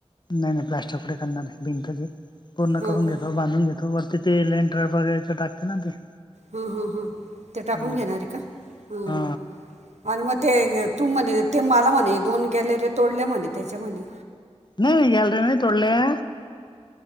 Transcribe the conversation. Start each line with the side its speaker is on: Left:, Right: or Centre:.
Left: नई नई प्लास्टर पुढे करणार ए. भिंतच ए. पूर्ण
Right: हो
Left: करून
Right: का
Left: घेतो, बांधून घेतो वर तिथं <unintelligible> टाकतं ना ते.
Right: हं हं हं... ते टाकून
Left: हम्म.
Right: घेणार ए का? हं
Left: हा
Right: आणि मग ते, तू म्हणे... ते मला म्हणे... दोन गॅलऱ्या तोडल्या म्हणे... त्याच्या म्हणे?
Left: नई नई गॅलऱ्या नई तोडल्या.